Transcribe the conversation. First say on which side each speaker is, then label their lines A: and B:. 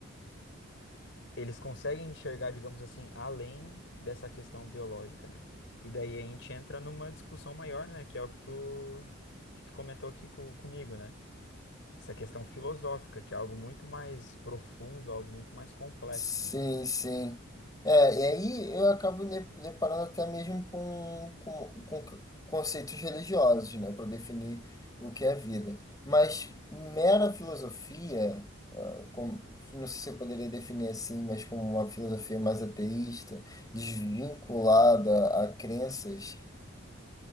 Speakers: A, on the left (about 65°); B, on the left (about 20°).
A: eles conseguem enxergar, digamos assim, além dessa questão biológica, né? E daí a gente entra numa discussão maior, né? Que é o que tu, que tu comentou aqui co- comigo, né? Essa questão filosófica, que é algo muito mais profundo, algo muito mais complexo,
B: Sim,
A: né?
B: sim. É, e aí eu acabo me deparando até mesmo com, com, com c- conceitos religiosos, né, para definir o que é vida. Mas mera filosofia, ah, com- não sei se eu poderia definir assim, mas como uma filosofia mais ateísta, desvinculada a crenças.